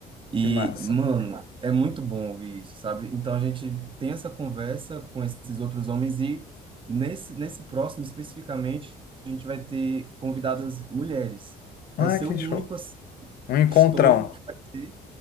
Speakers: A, on the right (about 30°); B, on the left (about 65°).
A: E,
B: Que massa.
A: mano, é muito bom ouvir isso, sabe? Então a gente tem essa conversa com esses outros homens e nesse, nesse próximo especificamente a gente vai ter convidadas mulheres. Vai
B: Ah,
A: ser
B: que
A: o único
B: show.
A: assim,
B: Um encontrão.
A: histórico que vai ter.